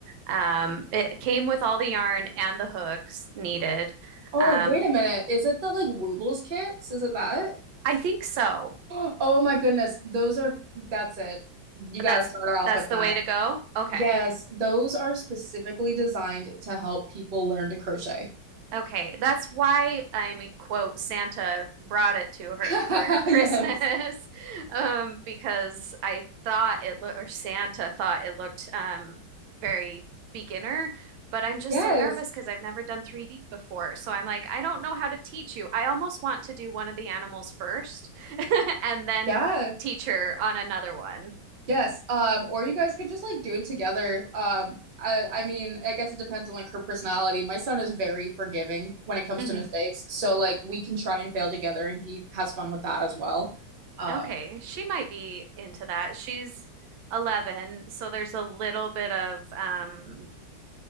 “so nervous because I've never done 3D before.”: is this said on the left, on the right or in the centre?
Right